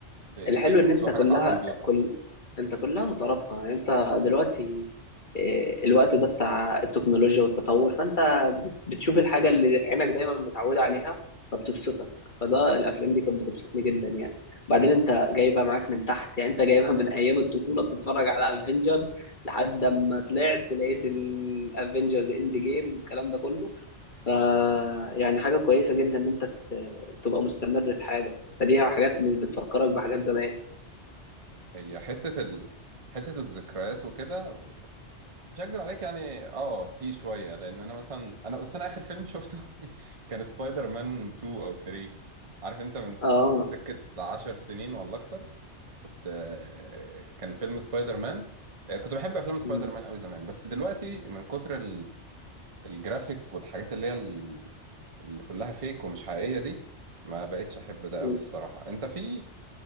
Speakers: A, on the right; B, on the left.
A: بافكتس
B: الحلو ان انت
A: وحاجات
B: كلها
A: على الكمبيوتر
B: كل انت كلها مترابطه يعني انت دلوقتي إيه، الوقت ده بتاع التكنولوجيا والتطور فانت بت- بتشوف الحاجه اللي عينك دايما متعوده عليها فبتبسطك فده الافلام دي كانت بتبسطني جدا يعني وبعدين انت جايبها معاك من تحت يعني انت جايبها من ايام الطفوله بتتفرج على افنجرز لحد ما طلعت لقيت الافنجرز اند جيم والكلام ده كله ف يعني حاجه كويسه جدا ان انت ت- تبقى مستمر في حاجه فدي حاجات بتفكرك بحاجات زمان
A: هي حتة ال... حتة الذكريات وكده مش هكدب عليك يعني اه في شوية لأن أنا مثلا أنا بس أنا آخر فيلم شفته <laughs> كان سبايدر مان 2 أو 3 عارف أنت من
B: اه
A: سكة 10 سنين ولا أكتر كنت آه، كان فيلم سبايدر مان آه، كنت بحب أفلام سبايدر
B: م-
A: مان أوي زمان بس دلوقتي من كتر ال- الجرافيك والحاجات اللي هي ال- اللي كلها فيك ومش حقيقية دي ما بقتش أحب ده
B: م.
A: أوي الصراحة أنت في